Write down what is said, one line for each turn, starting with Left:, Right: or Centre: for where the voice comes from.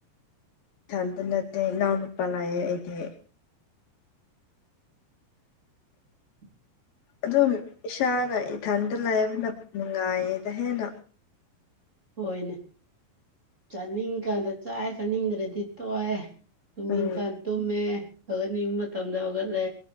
Left: ꯏꯊꯟꯗ ꯅꯠꯇꯦ ꯏꯅꯥꯎ ꯅꯨꯨꯄꯥ ꯂꯩꯌꯦ ꯑꯩꯗꯤ
Right: <unintelligible>
Left: ꯑꯗꯨꯝ ꯏꯁꯥꯅ ꯏꯊꯟꯇꯥ ꯂꯥꯏꯕꯅ ꯅꯨꯡꯉꯥꯏꯌꯦꯗ ꯍꯦꯟꯅ
Right: ꯍꯣꯏꯅꯦ ꯆꯥꯅꯤꯡꯀꯥꯟꯗ ꯆꯥꯏ ꯆꯥꯅꯤꯡꯗ꯭ꯔꯗꯤ ꯇꯣꯛꯑꯦ ꯇꯨꯝꯅꯤꯡꯀꯥꯟ
Left: ꯎꯝ
Right: ꯇꯨꯝꯃꯦ ꯍꯧꯒꯠꯅꯤꯡꯕ ꯃꯇꯝꯗ ꯍꯧꯒꯠꯂꯦ